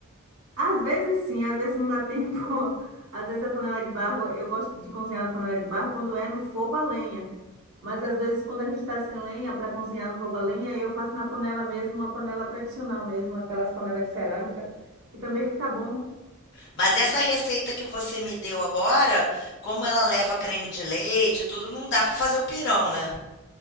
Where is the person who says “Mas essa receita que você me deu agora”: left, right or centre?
Left